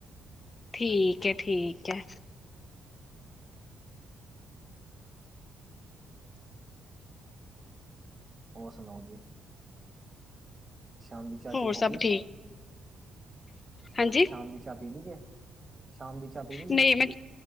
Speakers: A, on the left; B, on the right.
A: ਠੀਕ
B: ਹਾਂਜੀ
A: ਐ, ਠੀਕ ਐ।
B: ਹੋਰ ਸੁਣਾਓ ਜੀ? ਸ਼ਾਮ ਦੀ ਚਾਹ
A: ਹੋਰ
B: ਚੂ ਹੋ
A: ਸਭ
B: ਗਈ?
A: ਠੀਕ ਹਾਂਜੀ।
B: ਸ਼ਾਮ ਦੀ ਚਾਹ ਪੀ ਲਈ ਏ, ਸ਼ਾਮ ਦੀ ਚਾ ਪੀ। ਲਈ ਜੇ
A: ਨਹੀਂ, ਮੈਂ,